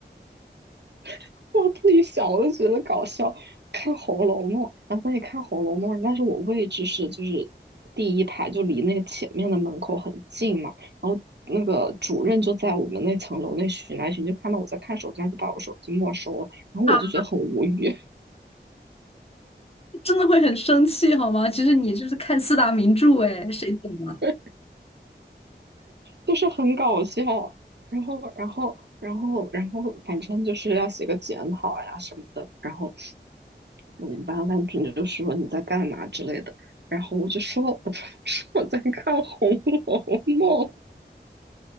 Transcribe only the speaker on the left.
啊，真的会很生气好吗？其实你就是看四大名著，哎，谁懂啊？